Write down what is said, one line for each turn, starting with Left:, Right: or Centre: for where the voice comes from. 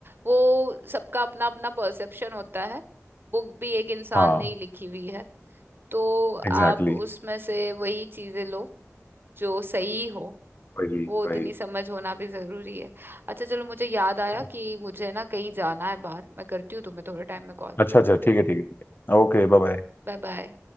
Right: वो सबका अपना अपना परसेप्शन होता है बुक भी एक इंसान
Left: हाँ
Right: ने ही लिखी हुई है तो
Left: एग्जैक्टली
Right: आप उसमें से वही चीजें लो जो सही हो
Left: वही
Right: वो उतनी
Left: वही
Right: समझ होना भी जरूरी है अच्छा चलो मुझे याद आया
Left: वही
Right: कि मुझे ना कहीं जाना है बाहर मैं करती हूँ तुम्हें थोड़े टाइम में कॉल
Left: अच्छा अच्छा ठीक है ठीक है ठीक है ओके बाय बाय
Right: Bye bye